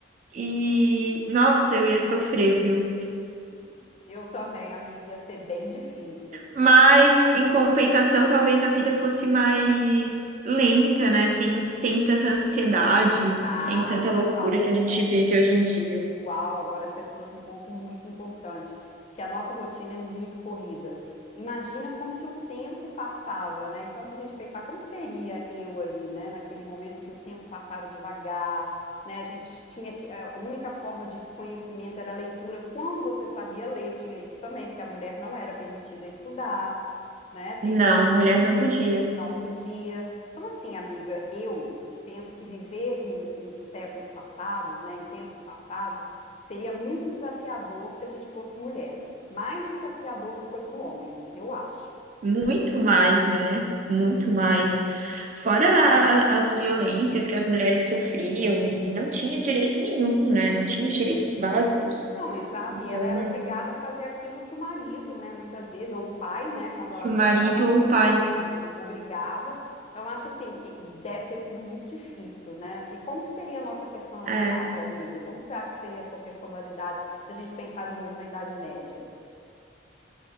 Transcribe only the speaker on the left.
Eu também, amiga, ia ser bem difícil.
Ah,
falou
um
Uau, agora você trouxe um ponto muito importante, porque a nossa rotina é muito corrida. Imagina como que o tempo passava, né? Então, se a gente pensar como seria eu ali, né, naquele momento em que o tempo passava devagar, né? A gente tinha que eh, a única forma de conhecimento era a leitura. Quando você sabia ler, tinha isso também, porque a mulher não era permitida estudar, né? Tem
não podia. Então, assim, amiga, eu penso que viver em, em séculos passados, né, em tempos passados, seria muito desafiador se a gente fosse mulher. Mais desafiador que foi para o homem, eu acho.
Não, exato.
E ela era obrigada a fazer aquilo que o marido, né, muitas vezes, ou o pai, né, quando ela
ainda estava na
situação,
isso, obrigava. Então, acho assim que deve ter sido muito difícil, né? E como que seria a nossa personalidade,
amiga? Como que você acha que seria a sua personalidade se a gente pensar de novo na Idade Média?